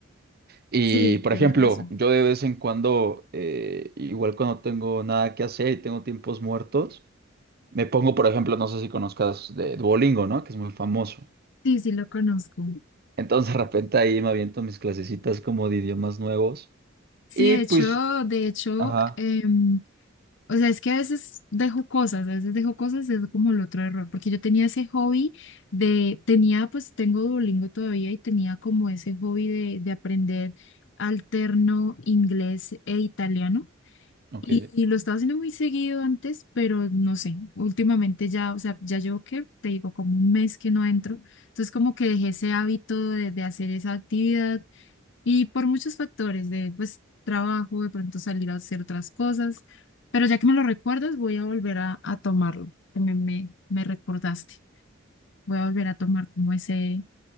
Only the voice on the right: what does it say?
Y,
por
ejemplo,
yo de vez en cuando, eh, igual cuando tengo nada que hacer y tengo tiempos muertos, me pongo, por ejemplo, no sé si conozcas de Duolingo, ¿no? Que es muy famoso.
Entonces, de repente ahí me aviento mis clasecitas como de idiomas nuevos.
Y
pues,
ajá,
ok,